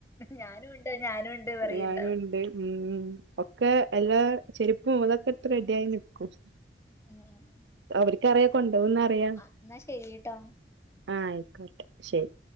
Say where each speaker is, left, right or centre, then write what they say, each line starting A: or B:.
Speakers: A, on the left; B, on the right.
A: ഞാനുണ്ട് ഞാനുണ്ട് പറയ്ണ്ടാവും
B: ഞാനുണ്ട് ഉം ഒക്കെ എല്ലാ ചെരുപ്പു ഇതൊക്കെടുത്ത് റെഡിയായി നിക്കും
A: <unintelligible>
B: അവർക്കറിയ കൊണ്ടോവുന്നറിയാം
A: ആ എന്നാ ശരിട്ടോ
B: ആ ആയിക്കോട്ടെ ശെരി.